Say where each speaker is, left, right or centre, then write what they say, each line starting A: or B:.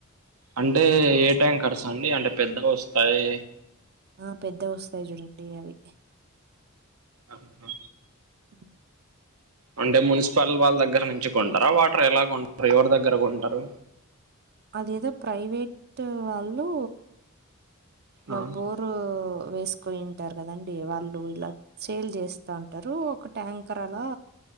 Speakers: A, on the right (about 85°); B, on the right (about 45°).
A: అంటే ఏ టాంకర్స్ అండి అంటే పెద్దగా వస్తాయి
B: ఆ పెద్ద వస్తాయి చూడండి అవి
A: అబ్బా
B: ఉ
A: అంటే మున్సిపల్ వాళ్ళ దగ్గర నుంచి కొంటారా వాటర్ ఎలా కొంటారు, ఎవరి దగ్గర కొంటారు?
B: అదేదో ప్రైవేట్ వాళ్ళు ఇలా
A: ఆ
B: బోరు వేసుకుని ఉంటారు కదండి వాళ్ళు ఇలా సేల్ చేస్తా ఉంటారు ఒక ట్యాంకర్ అలా